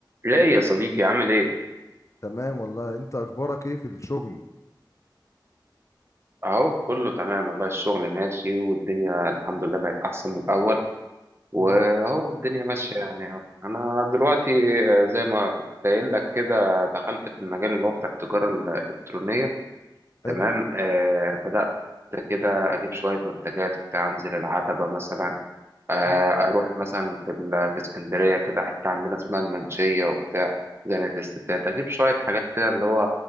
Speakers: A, on the right; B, on the left.
A: ايه يا صديقي عامل ايه
B: تمام والله انت اخبارك ايه في الشغل
A: اهو كله تمام والله الشغل ماشي والدنيا الحمد لله بقت احسن من الاول واهو
B: مم.
A: الدنيا ماشيه يعني اهو انا دلوقتي آه، زي ما كنت قايل لك كده دخلت في المجال اللي هو بتاع التجاره الالكترونيه
B: حلو
A: تمام آه بدات كده اجيب شويه منتجات كنت انزل العتبه مثلا آه،
B: مم.
A: اروح مثلا في ال- في اسكندريه كده حته عندنا اسمها المنشيه وبتاع زنقة الستات اجيب شويه حاجات كده اللي هو